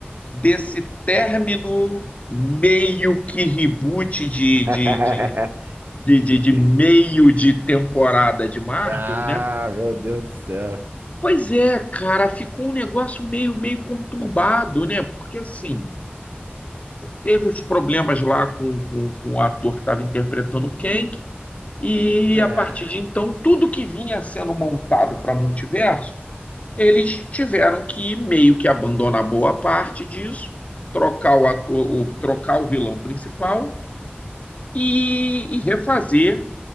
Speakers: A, on the left; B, on the right.
A: desse término meio que reboot de,
B: <laughs>
A: de, de, de, de- de meio
B: De.
A: de temporada de Marvel,
B: Ah,
A: né?
B: meu Deus do céu.
A: Pois é, cara, ficou um negócio meio, meio conturbado, né? Porque assim, teve os problemas lá com, com, com o ator que estava interpretando o Kang, e
B: É.
A: a partir de então, tudo que vinha sendo montado para multiverso, eles tiveram que meio que abandonar boa parte disso, trocar o ator, o, trocar o vilão principal e, e refazer